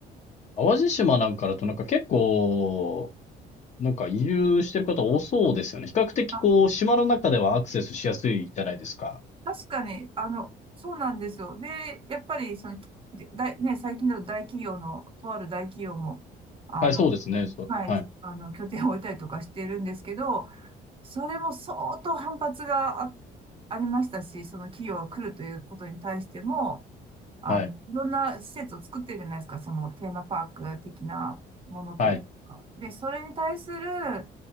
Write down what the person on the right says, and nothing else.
あ、
確かに、あの、そうなんですよ。で、やっぱり、その、で大、ね、最近だと大企業の、とある大企業も、あの、
はい、
あの、拠点を置いたりとかしてるんですけど、それも相当反発があ、ありましたし、その企業が来るということに対しても、あの、
いろんな施設を作ってるじゃないですか、そのテーマパーク的なものというか。
で、それに対する